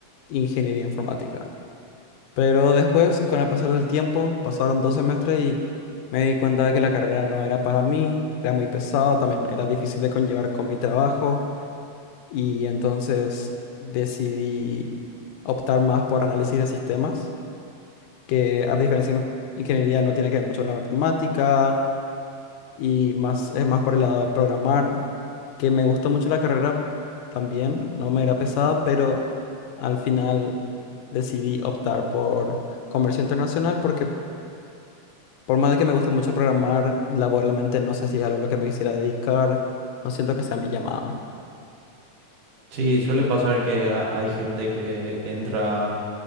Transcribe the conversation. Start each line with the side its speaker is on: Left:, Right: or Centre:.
Left: ingeniería informática. Pero después, con el pasar del tiempo, pasaron dos semestres y me di cuenta de que la carrera no era para mí, era muy pesada, también era difícil de conllevar con mi trabajo y entonces decidí optar más por análisis de sistemas que a diferencia de ingeniería no tiene que ver mucho con la matemática y más, es más por el lado de programar, que me gustó mucho la carrera también, no me era pesada, pero al final decidí optar por comercio internacional porque por más de que me guste mucho programar, laboralmente no sé si es algo a lo que me quisiera dedicar, no siento que sea mi llamada.
Right: Sí, suele pasar que ha- hay gente que entra